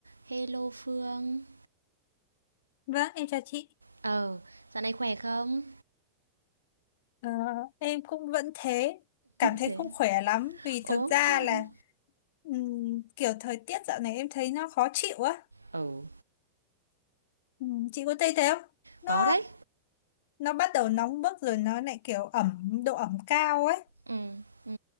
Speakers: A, on the right; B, on the left.
A: Hello Phương.
B: Vâng, em chào chị.
A: Ờ, dạo này khỏe không?
B: Ờ, em cũng vẫn thế, cảm thấy
A: Thế
B: không
A: à?
B: khỏe lắm vì
A: Ồ
B: thực ra
A: thế hả?
B: là ừm, kiểu thời tiết dạo này em thấy nó khó chịu á.
A: Ừ,
B: Ừm, chị có thấy thế không? Nó
A: Có đấy.
B: nó bắt đầu nóng bức rồi nó lại kiểu ẩm độ ẩm cao ấy.
A: Ừ, ừ.